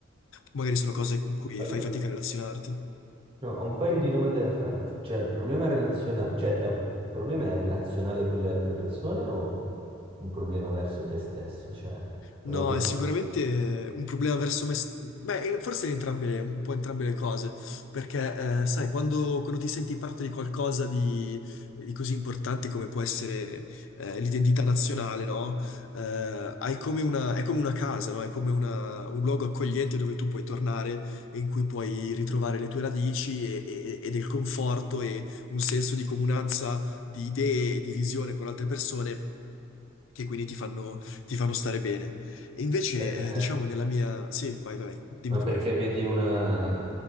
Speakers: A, on the left; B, on the right.
A: magari sono cose
B: Sì.
A: con cui
B: Allora,
A: fai fatica a relazionarti.
B: no, ho un paio di domande da farti. Cioè, il problema relazionale, cioè, è- il problema è relazionale con le altre persone o un problema verso te stesso? Cioè, non
A: No,
B: ho capito
A: è sicuramente un problema verso me. st- Beh, eh, forse entrambe, le- un po' entrambe le cose, perché eh, sai, quando, quando ti senti parte di qualcosa di, di così importante come può essere eh, l'identità nazionale, no? Eh, hai come una, è come una casa, no? È come una- un luogo accogliente dove tu puoi tornare e in cui puoi ritrovare le tue radici e, e- e del conforto e un senso di comunanza di idee e di visione con altre persone che quindi ti fanno, ti fanno stare bene. E invece,
B: perché,
A: eh, diciamo, nella mia... Sì, vai, vai, vai, dimmi
B: ma
A: pure.
B: perché vedi una